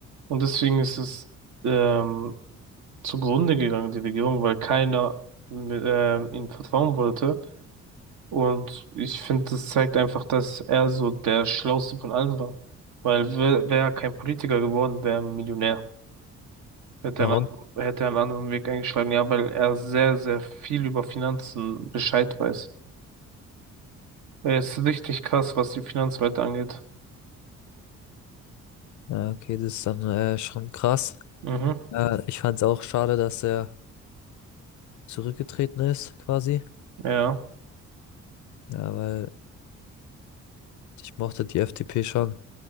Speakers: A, on the right; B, on the left.
A: und deswegen ist es ähm, zugrunde gegangen, die Regierung, weil keiner ähm, ihm vertrauen wollte. Und ich finde, das zeigt einfach, dass er so der Schlauste von allen war. Weil wäre wär er kein Politiker geworden, wäre er Millionär. Hätte
B: Warum?
A: er einen, anderen- hätte er einen anderen Weg eingeschlagen, ja, weil er sehr, sehr viel über Finanzen Bescheid weiß. Ja, ist richtig krass, was die Finanzwelt angeht.
B: Ja, okay, das ist dann äh, schon krass.
A: Mhm,
B: Ja, ich fand es auch schade, dass er zurückgetreten ist, quasi.
A: ja.
B: Ja, weil ich mochte die FDP schon.